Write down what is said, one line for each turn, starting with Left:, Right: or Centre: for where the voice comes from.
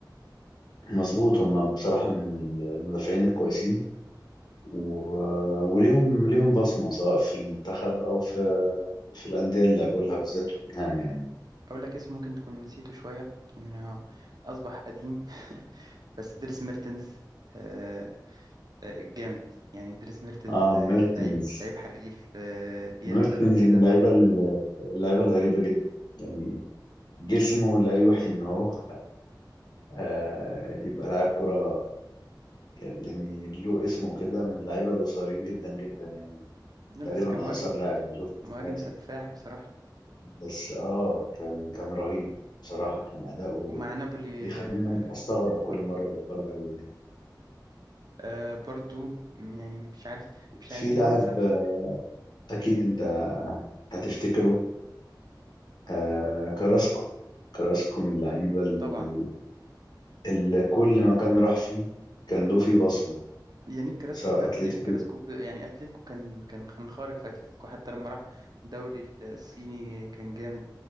Left: مظبوط هما بصراحة من ال- المدافعين الكويسين و... وليهم ليهم بصمة سواء في المنتخب أو في في الأندية اللي لعبوا لها بالذات توتنهام يعني
Right: أقول لك اسم ممكن تكون نسيته شوية إنه أصبح قديم <laughs> بس دريس ميرتنز آه، آه، جامد يعني دريس ميرتنز
Left: اه
Right: آه،
Left: ميرتنز
Right: لعيب لعيب حريف آه، بيلدغ
Left: ميرتنز
Right: كده
Left: من اللعيبة ال- اللعيبة الغريبة جدا يعني جسمه لا يوحي إن هو آه، يبقى لاعب كرة يعني يعني له اسمه كده من اللعيبة القصيرين جدا جدا يعني
Right: لا،
Left: تقريبا
Right: بس كان مهاجم
Left: اقصر لاعب انا شفته
Right: مهاجم
Left: في حياتي
Right: سفاح بصراحة
Left: بس اه كان كان رهيب بصراحه كان اداؤه
Right: ومع نابولي
Left: بيخليني
Right: آه،
Left: استغرب
Right: خرق
Left: كل مره بتفرج عليه
Right: آه، برضو م- يعني مش عارف مش
Left: في
Right: عايزين
Left: لاعب
Right: ننسى
Left: آه، اكيد
Right: ماشي
Left: انت هتفتكره آه كراسكو كراسكو من اللعيبه ال-
Right: طبعا
Left: اللي كل ما كان راح فيه كان له فيه بصمه
Right: يانيك كراسكو
Left: سواء
Right: لا
Left: اتلتيكو
Right: يانيك كراسكو ب- يعني اتلتيكو كان كان كان خارق في اتلتيكو حتى لما راح الدوري الصيني كان جامد